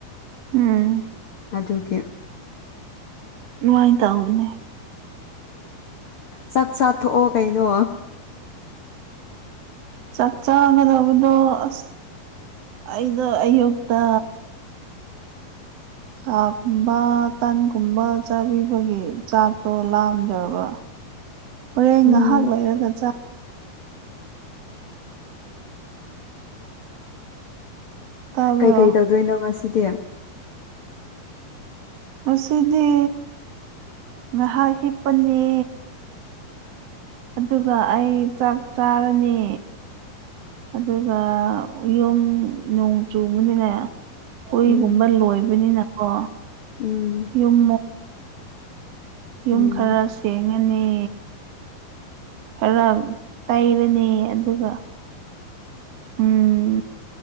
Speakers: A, on the right; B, on the left.
A: ꯎꯝ
B: ꯑꯗꯨꯒꯤ
A: ꯅꯨꯡꯉꯥꯏ ꯇꯥꯕꯅꯦ
B: ꯆꯥꯛ ꯆꯥꯊꯣꯛꯑꯣ ꯀꯩꯅꯣ
A: ꯆꯥꯛ ꯆꯥꯒꯗꯕꯗꯣ ꯑꯁ ꯑꯩꯗꯣ ꯑꯌꯨꯛꯇ ꯊꯥ ꯀꯨꯝꯕ ꯇꯟꯒꯨꯝꯕ ꯆꯥꯕꯤꯕꯒꯤ ꯆꯥꯛꯇꯣ ꯂꯥꯝꯗ꯭ꯔꯕ ꯍꯣꯔꯦꯟ ꯑꯩ
B: ꯎꯝ
A: ꯉꯥꯏꯍꯥꯛ ꯂꯩꯔꯒ ꯆꯥ ꯇꯥꯕ꯭ꯔꯣ
B: ꯀꯩꯀꯩ ꯇꯧꯗꯣꯏꯅꯣ ꯉꯁꯤꯗꯤ
A: ꯉꯁꯤꯗꯤ ꯉꯥꯏꯍꯥꯛ ꯍꯤꯞꯄꯅꯦ ꯑꯗꯨꯒ ꯑꯩ ꯆꯥꯛ ꯆꯥꯔꯅꯤ ꯑꯗꯨꯒ ꯌꯨꯝ ꯅꯣꯡ ꯆꯨꯕꯅꯤꯅꯦ ꯍꯨꯏꯒꯨꯝꯕ
B: ꯎꯝ
A: ꯂꯣꯏꯕꯅꯤꯅꯀꯣ
B: ꯎꯝ
A: ꯌꯨꯝ ꯌꯨꯝ
B: ꯎꯝ
A: ꯈꯔ ꯁꯦꯡꯉꯅꯤ ꯈꯔ ꯇꯩꯔꯅꯤ ꯑꯗꯨꯒ ꯎꯝ